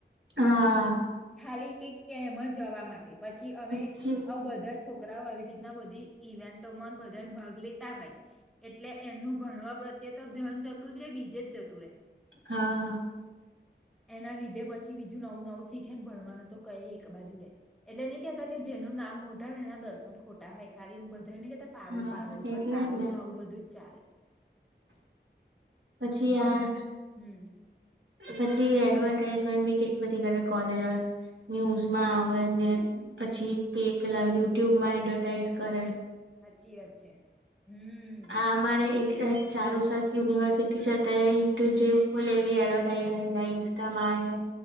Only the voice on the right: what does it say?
હા.
પછી
હા
હા
એટલે
જ ને.
પછી
આ
પછી એડવર્ટાઈઝમેન્ટ બી કેટલી બધી કરે કોલેજવાળા ન્યુઝમાં આવે ને પછી પેલા યુટ્યુબમાં એડવર્ટાઈઝ કરે.
આ અમારે એક ચારુસત યુનિવર્સિટી જ હતા યુટ્યુબ જે ખોલે એવી એડવર્ટાઈઝ જાય ઇન્સ્ટામાં આવે